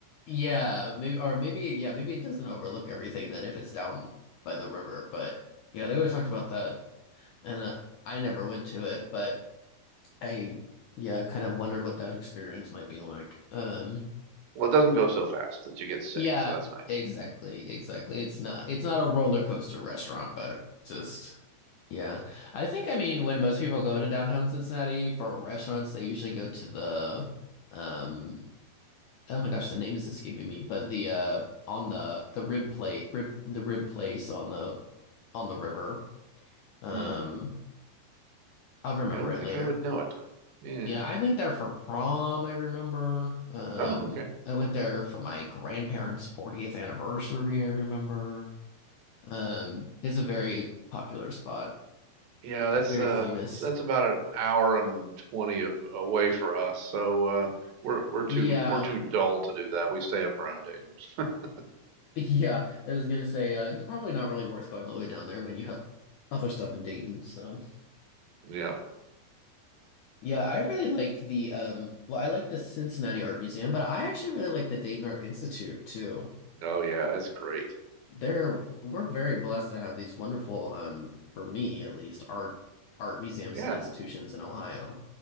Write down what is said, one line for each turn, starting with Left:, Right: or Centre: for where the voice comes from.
Left: yeah, maybe, or maybe, yeah, maybe it doesn't overlook everything then if it's down by the river. But yeah, they always talked about that. And uh, I never went to it, but I, yeah, kind of wondered what that experience might be like. Um,
Right: Well, it doesn't go so fast that you get sick,
Left: yeah,
Right: so that's nice.
Left: exactly, exactly. It's not, it's not a roller coaster restaurant, but just. Yeah. I think, I mean, when most people go to downtown Cincinnati for restaurants, they usually go to the, um, oh my gosh, the name is escaping me, but the, uh, on the, the rib plate, rib, the rib place on the, on the river. Um,
Right: Hmm.
Left: I'll remember
Right: I don't
Left: it
Right: think
Left: later.
Right: I would know it. Yeah.
Left: Yeah. I went there for prom, I remember. Um,
Right: Oh, okay.
Left: I went there for my grandparents' 40th anniversary, I remember. Um, it's a very popular spot,
Right: Yeah, that's
Left: very
Right: uh,
Left: famous.
Right: that's that's about an hour and 20 a- away for us. So uh, we're we're too
Left: Yeah.
Right: we're too dull to do that. We stay up around Dayton. <laughs>
Left: Yeah, I was gonna say, uh, probably not really worth going all the way down there when you have other stuff in Dayton. So
Right: Yeah.
Left: yeah, I really like the um, well, I like the Cincinnati Art Museum, but I actually really like the Dayton Art Institute too.
Right: Oh, yeah. It's great.
Left: They're we're very blessed to have these wonderful, um, for me at least, art art museums
Right: Yeah,
Left: and institutions in Ohio.